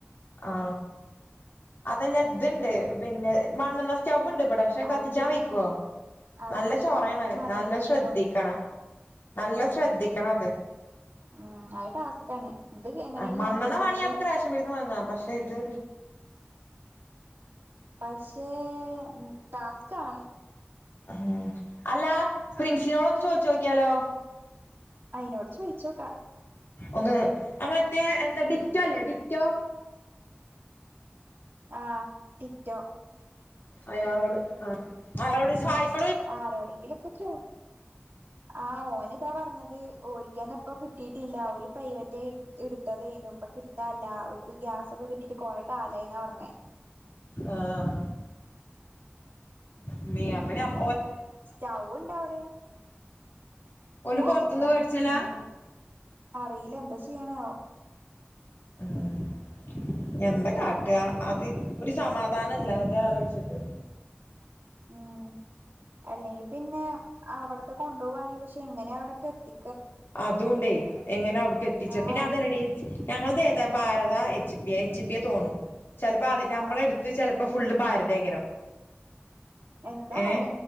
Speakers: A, on the left; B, on the right.
A: ആ അതല്ല ഇതുണ്ട്? പിന്നെ മണ്ണെണ്ണ സ്റ്റവ ഉണ്ട് ഇബിടെ പക്ഷെ കത്തിച്ചാൻ
B: അത് പക്ഷെ
A: വെക്കുവോ?
B: അത്
A: നല്ല
B: പക്ഷെ
A: ചോറയണം
B: മണ്ണണ്ടില്ലെങ്കിലോ
A: നല്ല ശ്രദ്ധിക്കണം. നല്ല
B: ഉം
A: ശ്രദ്ധിക്കണം അത്
B: ഉം അത് ടാസ്കാണ് ഇത് എങ്ങനെലും
A: ആഹ് മണ്ണണ്ണ
B: നോക്കിയോക്കാം
A: വാണീ
B: പക്ഷെ
A: നമക്ക് റേഷൻ പീട്യേന്ന് വാങ്ങാം. പക്ഷെ ഇത്
B: പക്ഷേ ഉം ടാസ്ക് ആണ്.
A: ഹാ അല്ല. പ്രിൻസിനോട് ഒന്ന് ചോയ്ച്ചു നോക്കിയാലോ?
B: അയിനോട് ചോയിച്ചോക്കാ.
A: ഒന്ന് ആ മറ്റേ എന്താ ഡിറ്റോ ല്ലേ ഡിറ്റോ
B: ആഹ് ടിറ്റോ
A: അയാളോട് ആഹ് ആളോട് ച് പായ്സ്
B: ആരോടെങ്കിലൊക്കെ ചോ ആഹ് ഓന് ദാ പർഞ്ഞത് ഓൽക്കെന്നിപ്പോ കിട്ടീട്ടില്ല ഓല് പ്രൈവറ്റായി ഇട്ത്തതേനു ഇപ്പൊ കിട്ടാല്ല ഓര്ക്ക് ഗ്യാസൊക്കെ കിട്ടീട്ട് കൊറെ കാലായീന്നാ പർഞ്ഞേ.
A: ആഹ് ഇമ്മീ യപ്പ ഞമ്
B: സ്റ്റൗവ്വ്ണ്ടവിടെ. ഇക്കറീല്ലാ
A: ഓല് പൊറത്തുന്ന് വേടിച്ചലാ
B: എന്ത് അറീല്ല എന്താ ചെയ്യ്ണേ ആവം
A: ഉം എന്താ കാട്ടാ അത്. ഒര് സമാധാനല്ലാ അത് ആലോയിച്ചിട്ട്.
B: ഉം അല്ലെങ്കി പിന്നേ അവടത്തെ കൊണ്ടോവാണെങ്കി പക്ഷേ എങ്ങനേ അവടെക്കെത്തി
A: അതൂണ്ടേ. എങ്ങനെ അവ്ട് ക്കെത്തിച്ച
B: ആഹ്
A: പിന്നെ അതല്ലടീ ഞങ്ങള്തേ താ ഭാരതാ എച്ച് പി യ. എച്ച് പി യാ തോണു. ചെൽപ്പോ അത് ഞമ്മളെടുത്ത്
B: ആഹ്
A: ചെലപ്പോ ഫുള്ള് ഭാരതേകണം
B: എന്താവോ
A: ഏഹ്